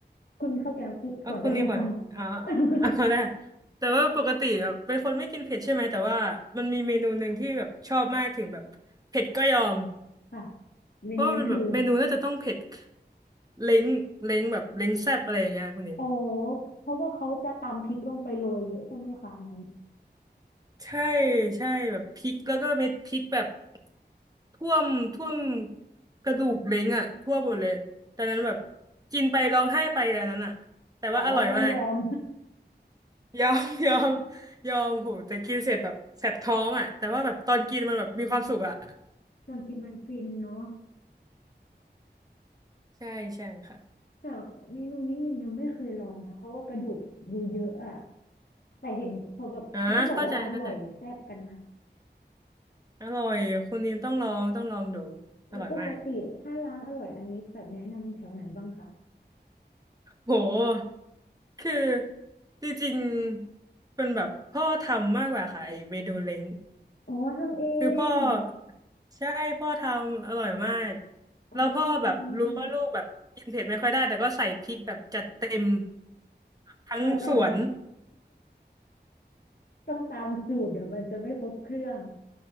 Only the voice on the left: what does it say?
คุณข้าวแกงพูดก่อนได้เลยค่ะ
<laughs>
ค่ะเมนูนั้นคือ
โอ้เพราะว่าเขาจะตำพริกลงไปโรยเยอะใช่ไหมคะอันนั้น
แต่ว่าต้องยอม
<laughs> ส่วนกินมันฟินเนาะ
แต่เมนูนี้ยิมยังไม่เคยลองนะเพราะว่ากระดูกอยู่เยอะอะแต่เห็นเขาแบบเขาก็บอกว่าอร่อยแซ่บกันนะ
แล้วปกติถ้าร้านอร่อยอันนี้แบบแนะนำแถวไหนบ้างคะ
อ๋อทำเอง
อ๋อจัง
มันจะ <laughs> ต้องตามสูตรเดี๋ยวมันจะไม่ครบเครื่อง